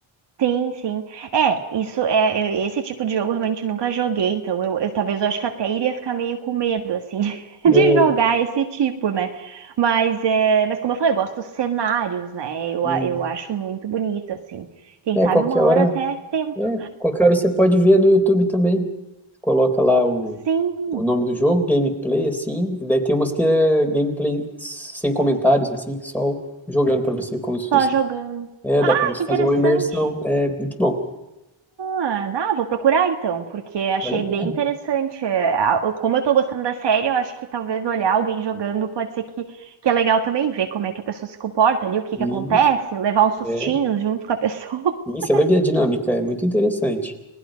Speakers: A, on the right; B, in the centre.
A: Sim, sim. É, isso é, eu- esse tipo de jogo eu realmente nunca joguei, então eu, eu talvez eu acho que até iria ficar meio com medo assim <laughs>
B: É,
A: de jogar esse tipo, né? Mas é, mas como eu falei, eu gosto dos cenários, né? Eu,
B: e,
A: a- eu acho muito bonito assim. Quem
B: é,
A: sabe
B: qualquer
A: uma
B: hora,
A: hora até tento.
B: é, qualquer hora você pode ver no YouTube também. coloca lá o,
A: Sim,
B: o nome do jogo, gameplay, assim, e daí tem umas que é gameplay sem comentários, assim, só jogando pra você como se fosse.
A: só jogando.
B: É,
A: Ah,
B: dá pra você
A: que
B: fazer
A: interessante.
B: uma imersão. É muito bom.
A: Ah, dá, vou procurar então, porque achei
B: Vale a pena.
A: bem interessante. É, a- o- Como eu tô gostando da série, eu acho que talvez olhar alguém jogando pode ser que, que é legal também ver como é que a pessoa se comporta ali, o que
B: Isso,
A: que acontece, levar uns sustinhos
B: é.
A: junto com a pessoa.
B: E você
A: <laughs>
B: vai ver a dinâmica, é muito interessante.